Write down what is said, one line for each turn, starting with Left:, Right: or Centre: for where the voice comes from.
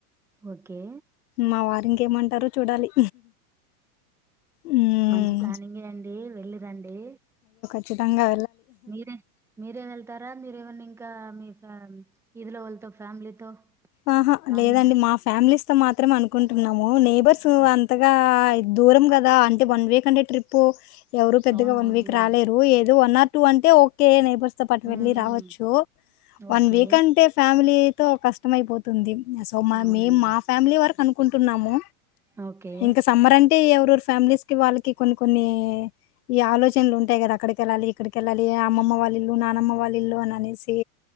Centre: ఓకే.
Left: మా వారి ఏమంటారో చూడాలి ఉమ్,
Centre: మంచి ప్లానింగే అండి వెళ్ళి రండి
Left: చిచ్చతంగా
Centre: మీరే మీరేమి వెళ్తారా మీరేమన్నా ఇంకా మీ ఇదిలో వాళ్ళతో ఫ్యామిలీతో
Left: ఆహా
Centre: ప్లానింగా
Left: లేదండి మా ఫ్యామిలీస్ మాత్రం అనుకుంటున్నాము నే బస్సు
Centre: ఆ!
Left: అంతగా దూరం కదా అంటే వన్ వీక్ అంటే ట్రిప్పు ఎవరు పెద్దగా
Centre: అవునవునులేండి.
Left: వన్ వీక్ రాలేరు ఏ వన్ ఆర్ టూ అంటే ఓకే నైబర్స్ తోపాటు
Centre: హ్మ్.
Left: వెళ్ళి
Centre: హ్మ్.
Left: రావచ్చు వన్
Centre: ఓకే.
Left: వీక్ అంటే ఫ్యామిలీ తో కష్ ష్టమైపోతుంది సో మా
Centre: అవునండి.
Left: మేము మా ఫ్యామిలీ వరకు అనుకుంటున్నాము
Centre: ఓకే.
Left: ఇంకా సమ్మర్ అంటే ఎవరు ఫ్యామిలీస్ కి వాళ్ళకి కొన్ని కొన్ని ఈ ఆలోచనలు ఉంటాయి గదా అక్కడికెళ్ళాలి ఇక్కడికెళ్ళాలి అమ్మ‌మ్మ వాళ్ళ ఇల్లు నానమ్మ వాళ్ళ ఇల్లు అని అనేసి